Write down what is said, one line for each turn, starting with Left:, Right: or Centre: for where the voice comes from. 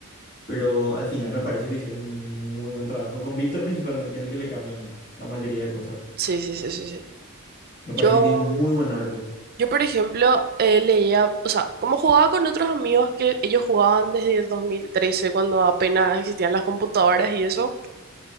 Left: Pero al final me parece que hicieron un muy buen trabajo. Con Víctor principalmente es el que le cambian la mayoría de cosas.
Right: Sí, sí, sí, sí, sí.
Left: Me parece
Right: Yo,
Left: que tiene un muy buen arco.
Right: yo, por ejemplo, eh, leía, o sea, como jugaba con otros amigos que ellos jugaban desde el 2013 cuando apenas existían las computadoras y eso.